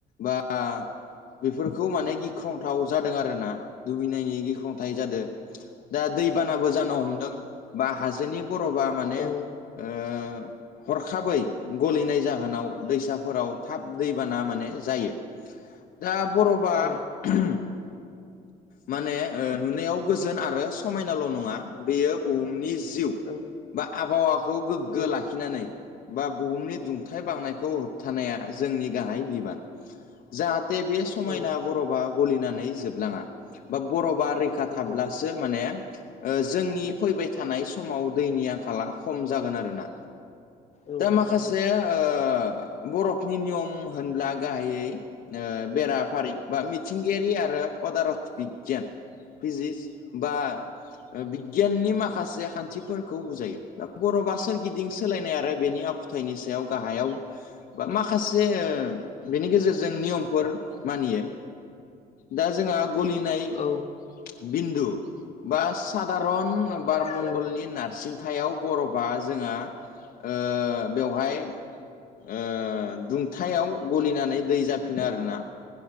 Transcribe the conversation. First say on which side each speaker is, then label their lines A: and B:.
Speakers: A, on the left; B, on the left.
A: बा बेफोरखौ माने गिख्रंथाव जादों आरोना दुबैनायनि गिख्रंथाय जादों। दा दैबानाबो जानो हमदों बा हाजोनि बर'बा माने
B: औ
A: ओ हरखाबै गलिनाय जाहोनाव दैसाफोराव थाब दैबाना माने जायो। दा बर'बा
B: औ
A: <unintelligible> माने ओ नुनायाव गोजोन आरो समाय नाल' नङा बेयो बुहुमनि जिउ
B: औ
A: बा आबहावाखौ गोग्गो
B: औ
A: लाखिनानै बा बुहुमनि दुंथाय बांनायखौ होबथानाया जोंनि गाहाय बिबान। जाहाथे बे समायना
B: औ
A: बरफआ गलिनानै जोबलाङा। बा बर'बा रैखा
B: नंगौ
A: थाब्लासो माने ओ जोंनि फैबाय थानाय समाव दैनि आंखाला खम जागोन आरोना।
B: औ
A: दा माखासे
B: नंगौ
A: ओ बरफनि नियम होनब्ला गाहायै ओ बेराफारि बा मिथिंगायारि आरो पदारत बिगियान पिजिस बा ओ बिगियाननि माखासे खान्थिफोरखौ बुजायो। दा बर'बा सोरगिदिं सोलायनाय आरो बेनि आखु थायनि सायाव गाहायाव बा माखासे ओ बेनि गेजेरजों नियमफोर मानियो। दा जोंहा गलिन नाइ
B: औ
A: बिनदु बा सादारन बारमण्डलनि
B: औ
A: नारसिन थायाव बर'बा जोंहा ओ बेवहाय ओ दुंथायाव गलिनानै दै जाफिनो आरोना।